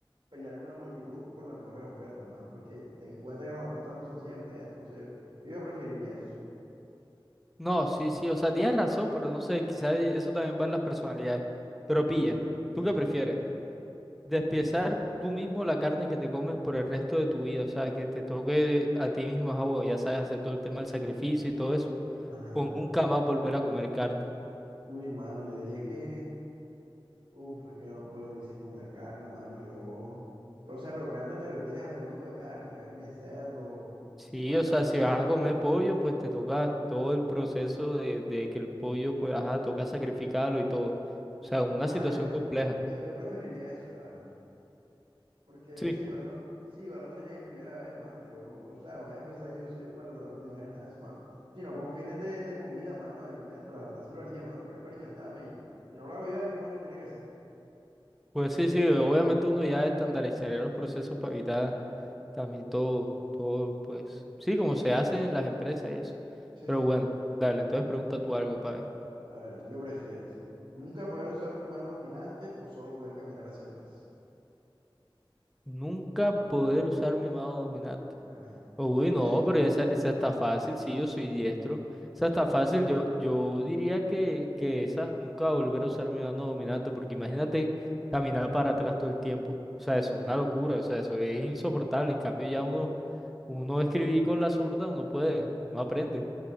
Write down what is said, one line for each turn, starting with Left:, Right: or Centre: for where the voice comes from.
Right: pelear con la multitud por las mejores ofertas, hermano, porque ten en cuenta que las ofertas no son siempre, ya, entonces yo, yo preferiría eso.
Centre: No, sí, sí, o sea, tienes razón, pero no sé, quizás eso también va en las personalidades. Pero pilla,
Right: Ya, ajá,
Centre: ¿tú qué prefieres? Despiezar tú mismo la carne que te comes por el resto de tu vida, o sea, que te toque a ti mismo, ah, bueno, ya sabes, hacer todo el tema del sacrificio y todo eso,
Right: ajá.
Centre: o nunca más volver a comer carne.
Right: Uy, mano, yo diría que, uf, es que yo no puedo vivir sin comer carne, mano, yo... Pero, o sea, pero carne te refieres a todo tipo de carne, carne de cerdo
Centre: Sí,
Right: o sola
Centre: o
Right: carne.
Centre: sea, si vas a comer pollo, pues te toca todo el proceso de, de que el pollo, pues, ajá, toca sacrificarlo y todo. O sea, una
Right: Mano,
Centre: situación
Right: yo, yo,
Centre: compleja.
Right: yo, yo preferiría eso, la verdad. Porque
Centre: Sí,
Right: eso igual no, eso igual no sería mi primera vez, mano. Yo, o sea, no vayas a pensar que yo soy un maltratador de animales, nada de eso, mano. Sino con fines de, de comida, mano, de alimento, la verdad sí lo haría, mano. Igual es para alimentarme y si no lo hago yo, alguien más lo tiene que hacer.
Centre: pues sí, sí, obviamente uno ya estandarizaría los procesos para evitar también todo, todo, pues, sí, como se hace en las empresas y eso.
Right: Sí,
Centre: Pero
Right: sí.
Centre: bueno, dale, entonces pregunta tú algo, para
Right: A ver, ¿tú qué prefieres? ¿Nunca poder usar tu mano dominante o solo poder caminar hacia atrás?
Centre: Nunca poder usar mi mano dominante.
Right: Ajá.
Centre: Uy,
Right: Tú eres diestro,
Centre: no, pero esa, esa está fácil, sí, yo soy diestro. Esa
Right: entonces.
Centre: está fácil, yo, yo diría que, que esa nunca volver a usar mi mano dominante, porque imagínate caminar para atrás todo el tiempo. O sea, eso es una
Right: <laughs>
Centre: locura, o sea, eso es insoportable. En cambio, ya uno, uno escribir con la zurda, uno puede, no aprende.